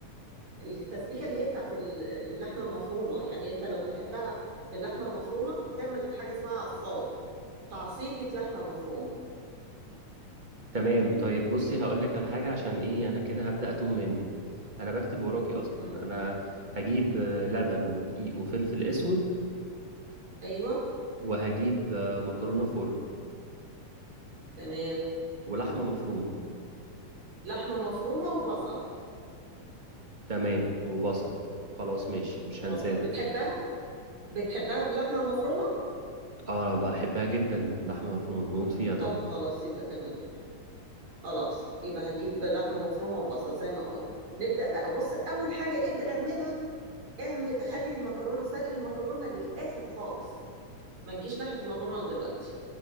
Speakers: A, on the right (about 60°); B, on the right (about 20°).
A: التسبيكة اللي هي بتاعت ال- اللحمة المفرومة يعني أنت لو بتحبها باللحمة المفرومة هتعمل حاجة اسمها عصاج تعصيجة لحمة مفرومة
B: تمام طيب بصي هقول لك على حاجه عشان ايه انا كده هبدا اتوه منك انا بكتب وراكي اصلا
A: مم.
B: انا هجيب آه، لبن ودقيق وفلفل اسود
A: أيوة
B: وهجيب آه، مكرونه فرن
A: تمام
B: ولحمه مفرومه
A: لحمة مفرومة وبصل
B: تمام وبصل خلاص ماشي مش
A: وبصل
B: هنساه ده
A: بتحبها بتحبها باللحمة المفرومة
B: اه انا بحبها جدا باللحمه المفرومه بموت فيها طبعا
A: طب خلاص يبقى تمام خلاص يبقى هجيب لحمة مفرومة وبصل زي ما قلنا نبدأ بقى بص أول حاجة ابدأ اعملها اعمل خلي المكرونه سلق المكرونه للاخر خالص ما تجيش ناحيه المكرونه دلوقتي